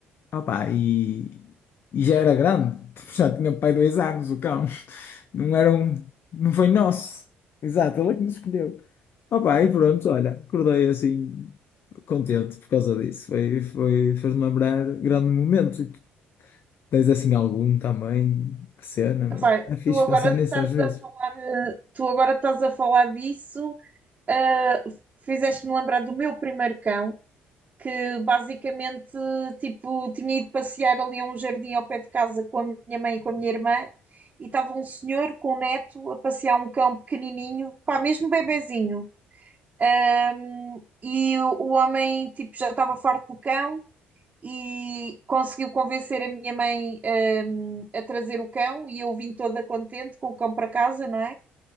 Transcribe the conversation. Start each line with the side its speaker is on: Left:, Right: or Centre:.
Left: opá, e, e já era grande, <laughs> já tinha pai dois anos o cão. Não era um, não foi nosso. Exato, ele é que nos escolheu. Opa, e pronto, olha, acordei assim contente por causa disso. Foi, foi, fez-me lembrar grande momento. E tu tens assim algum também, que cena, meu.
Right: Epá,
Left: É fixe
Right: tu agora
Left: pensar nisso
Right: estás
Left: às vezes.
Right: a falar, eh, tu agora estás a falar disso, eh, fizeste-me lembrar do meu primeiro cão, que basicamente tipo, tinha ido passear ali a um jardim ao pé de casa com a minha mãe e com a minha irmã, e estava um senhor com um neto a passear um cão pequenininho, pá, mesmo bebezinho. Ahm, e o, o homem tipo, já estava farto do cão e conseguiu convencer a minha mãe, hum, a trazer o cão e eu vim toda contente com o cão para casa, não é?